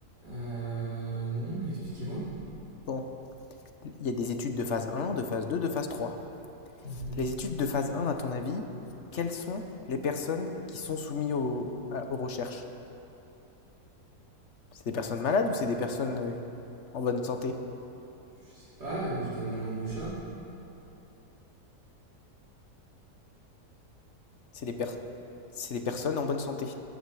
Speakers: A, on the right; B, on the left.
A: Euh, non, expliquez-moi.
B: Bon, il y a des études de phase un, de phase 2, de phase 3.
A: Mhm.
B: Les études de phase un, à ton avis, quelles sont les personnes qui sont soumises aux, à- aux recherches? C'est des personnes malades ou c'est des personnes euh, en bonne santé?
A: Je sais pas, euh, je donne ma langue au chat.
B: C'est des, per- c'est des personnes en bonne santé.